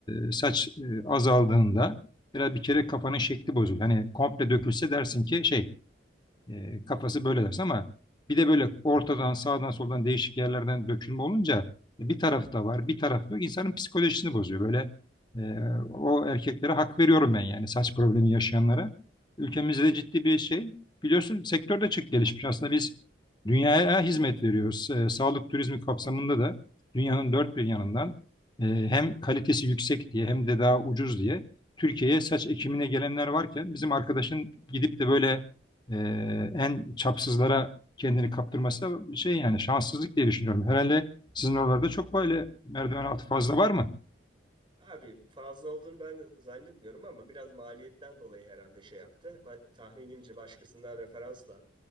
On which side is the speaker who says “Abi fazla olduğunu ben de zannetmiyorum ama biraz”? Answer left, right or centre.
Right